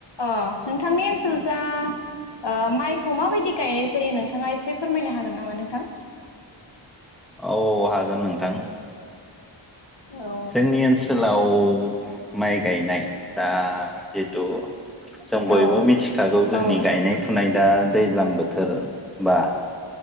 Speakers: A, on the left; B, in the centre.
A: ओन नोंथांनि ओनसोल जा ओ माइखौ माबायदि गायनाय जायो नोंथाङा एसे फोरमायनो हागोन नामा? नोंथां।
B: औ हागोन नोंथां,
A: औ
B: जोंनि ओनसोलाव माइ गायनाय दा जिथु, जों बयबो
A: औ
B: मिथिखागौ जोंनि
A: औ
B: गायनाय फुनाय दा, दैज्लां बोथोर बा